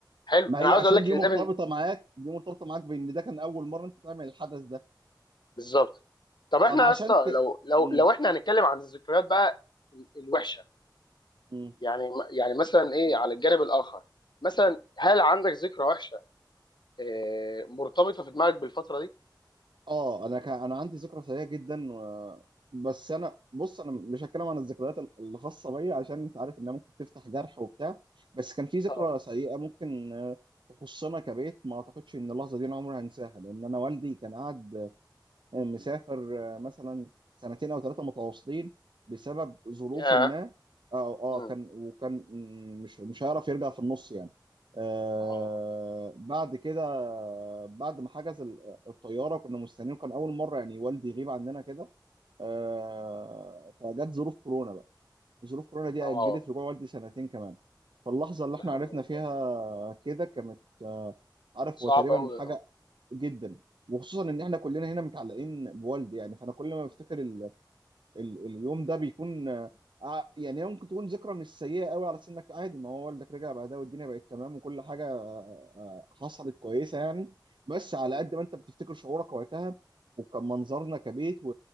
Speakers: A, on the left; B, on the right.
A: حلو
B: ما
A: انا
B: هي
A: عاوز
B: عشان
A: اقول لك
B: دي
A: ان
B: مرتبطه
A: ده من
B: معاك دي مرتبطه معاك بان ده كان اول مره انت تعمل الحدث ده
A: بالظبط طب احنا
B: طب عشان
A: يا اسطى
B: ك...
A: لو لو
B: م-
A: لو احنا هنتكلم عن الذكريات بقى ال- الوحشه
B: م.
A: يعني يعني مثلا ايه على الجانب الاخر مثلا هل عندك ذكرى وحشه اه مرتبطه في دماغك بالفتره دي؟
B: اه انا كان انا عندي ذكرى سيئه جدا و... بس انا بص انا مش هتكلم عن الذكريات ال- الخاصه بيا عشان انت عارف انها ممكن تفتح جرح وبتاع بس كان في ذكرى
A: اه
B: سيئه ممكن آه، تخصنا كبيت ما اعتقدش ان اللحظه دي انا عمري هنساها لان انا والدي كان قاعد مسافر آه، مثلا سنتين او ثلاثه متواصلين بسبب ظروف
A: يا
B: ما اه
A: مم.
B: اه كان وكان مم، مش مش هيعرف يرجع في النص يعني آه
A: اه
B: بعد كده آه، بعد ما حجز ال- الطياره كنا مستنيين كان اول مره يعني والدي يغيب عندنا كده آه فجت ظروف كورونا بقى ظروف كورونا دي
A: اه
B: اجلت رجوع والدي سنتين كمان فاللحظه اللي احنا
A: لا حول
B: عرفنا
A: ولا
B: فيها
A: قوه الا بالله
B: كده كانت آه، عارف
A: صعب
B: هو تقريبا
A: قوي
B: حاجه
A: اه
B: جدا وخصوصا ان احنا كلنا هنا متعلقين بوالدي يعني فانا كل ما بفتكر ال... ال... اليوم ده بيكون آه، ع- يعني هي ممكن تكون ذكرى مش سيئه قوي على سنك عادي ما هو والدك رجع بعدها والدنيا بقت تمام وكل حاجه آه، آه، حصلت كويسه يعني بس على
A: مم.
B: قد ما انت بتفتكر شعورك وقتها وكان منظرنا كبيت و...